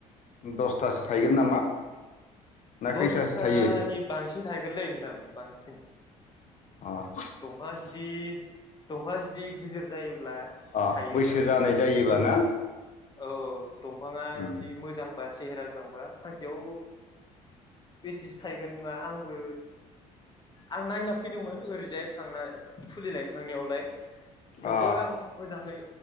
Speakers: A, on the left; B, on the left.
A: दस खुथासो थायगोन नामा!
B: उम
A: ना
B: दसथानि
A: खैथासो थायो
B: बां बांसिन थाहैगोनलै नोंथां बांसिन।
A: आदसा
B: दंफाङा जुदि दंफाङा जुदि गिदिर जायो अब्ला
A: अ
B: थायो
A: बैसो
B: माने
A: जानाय
B: द-दसता
A: जायोबा ना
B: औ औ दंफां
A: उम
B: जुदि मो बा सेहेरा गोनांबा फांसेयाव बेसेसो थायगोन होनबा आंबो आं नायना फैदोंमोन ओरैजाय थांना फुलि लायनो थांनायावलाय‌। थेवबो
A: अ
B: आं मोजाङै